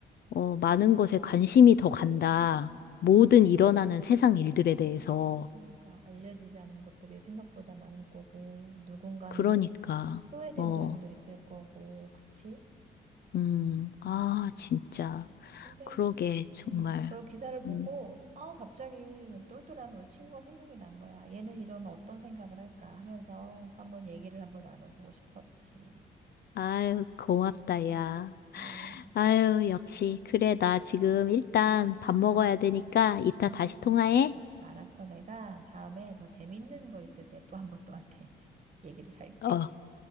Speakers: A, on the left (about 55°); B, on the right (about 35°).
A: 어, 많은 것에 관심이 더 간다. 모든
B: 그니,
A: 일어나는 세상 일들에 대해서.
B: 그러니까 알려지지 않은 것들이 생각보다 많을 거고, 누군가는
A: 그러니까,
B: 소외된
A: 어,
B: 사람도 있을 거고, 그치?
A: 음, 아, 진짜.
B: 근데
A: 그러게, 정말.
B: 음, 그 기사를 보고,
A: 음.
B: 아, 갑자기 똘똘한 우리 친구가 생각이 난 거야. 얘는 이런 어떤 생각을 할까 하면서 한번 얘기를 한번 나눠보고 싶었지.
A: 아유, 고맙다, 야.
B: 그래.
A: 아유, 역시. 그래, 나 지금 일단 밥
B: 음,
A: 먹어야 되니까 이따
B: 음.
A: 다시 통화해.
B: 알았어. 내가 다음에 더 재밌는 거 있을 때 또 한번 너한테 <laughs> 얘기를 할게.
A: 어,